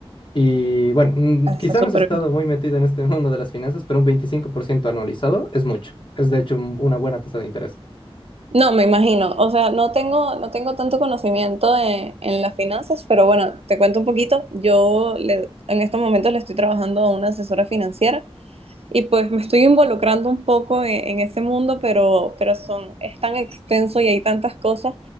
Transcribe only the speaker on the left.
Y bueno, mm,
quizá
no has estado
muy metido en este <laughs> mundo de las finanzas, pero un 25% anualizado es mucho. Es de hecho un- una buena tasa de interés.